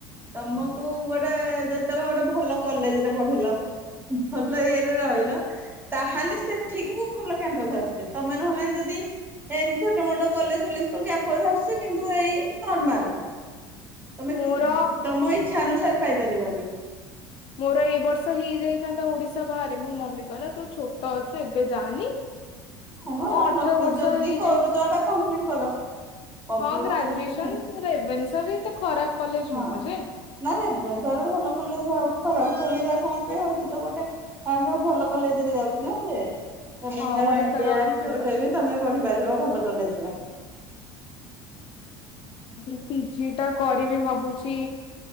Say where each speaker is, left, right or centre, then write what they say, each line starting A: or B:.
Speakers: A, on the right; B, on the left.
A: ତମକୁ ଗୋଟେ ଯଦି ତମେ ଗୋଟେ ଭଲ କଲେଜରେ ପଢିଲ ଭଲ ଇଏରେ ରହିଲ ତାହେଲେ ସେଠିକୁ ଭଲ କ୍ୟାମ୍ପସ ଆସୁଛି ତମେ ନହେଲେ ନାହିଁ ଯଦି। ଏମିତି ଛୋଟ ମୋଟ କଲେଜ ଫଲେଜ କୁ କ୍ୟାମ୍ପସ ଆସୁଛି କିନ୍ତୁ ଏଇ ନର୍ମାଲ। ତମେ
B: ମୋର
A: ତମ ଇ ଇଚ୍ଛା ଅନୁସାରେ ପାଇପାରିବନି।
B: ମୋର ଏ ବର୍ଷ ହେଇଯାଇଥାନ୍ତା ଓଡିଶା ବାହାରେ ମୋ ମମି କହିଲା ତୁ ଛୋଟ ଅଛୁ ଏବେ ଯାଆନି।
A: ନାଇଁ ମ
B: ଓ
A: ଏଟା
B: ଅଠର
A: ପ୍ଲସ୍ ଥି
B: ବର୍ଷ
A: ଯଦି
B: ହେଇଯାଇ
A: କରୁଚ ଏଟା କମ୍ପ୍ଲିଟ କର। କମ୍ପ୍ଲିଟ
B: ହଁ ଗ୍ରାଜୁଏସନ
A: କରିକି
B: ରେଭେନ୍ସା ବି ଏତେ ଖରାପ କଲେଜ
A: ହଁ
B: ନୁହଁ ଯେ।
A: ନାଁ ରେଭେନ୍ସାଟା ତ ଭଲ କଲେଜ ଆଉ ଖରାପ କଲେଜ ଆଉ କଁ ପାଇଁ ଆଉ ସେ ତ ଗୋଟେ ଆ ଯୋଉ ଭଲ କଲେଜରେ ଯାଉଚି ନାଁ ସିଏ ଏ ଗେଞ୍ଜା
B: ହଁ ଓଡିଶାର
A: ମାଣିତିଆ
B: ଭଲ
A: ଯୋଉଟା ବି ତମେ ପଢି ପାରିବ ଭଲ କଲେଜରେ।
B: ଫେର ପି ଜି ଟା କରିବି ଭାବୁଚି